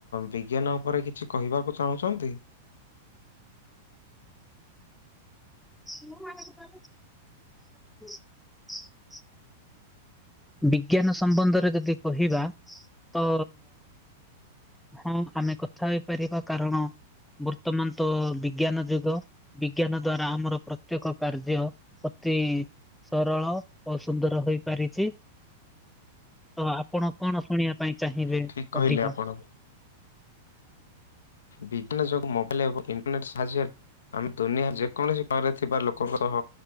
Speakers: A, on the left; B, in the centre.
A: ବିଜ୍ଞାନ ଉପରେ କିଛି କହିବାକୁ ଚାହୁଁଛନ୍ତି?
B: ମୁଁ କରିିବ <unintelligible> ବିଜ୍ଞାନ ସମ୍ବନ୍ଧରେ ଯଦି କହିବା ତ ହଁ ଆମେ କଥା ହେଇପାରିବା କାରଣ ବର୍ତ୍ତମାନ ତ ବିଜ୍ଞାନ ଯୁଗ, ବିଜ୍ଞାନ ଦ୍ଵାରା ଆମର ପ୍ରତ୍ୟେକ କାର୍ଯ୍ୟ ଅତି ସରଳ ଓ ସୁନ୍ଦର ହୋଇପାରିଛି। ତ ଆପଣ କଣ ଶୁଣିବା ପାଇଁ? ଚାହିଁବେ
A: ଠିକ କହିଲେ
B: ଅଧିକା
A: ଆପଣ। ବିଜ୍ଞାନ ଯୋଗୁ ମୋବାଇଲ ଏବଂ ଇଣ୍ଟରନେଟ୍ ସାହାଯ୍ୟରେ, ଆମେ ଦୁନିଆରେ ଯେକୌଣସି ଘରେ ଥିବା ଲ କହ କହ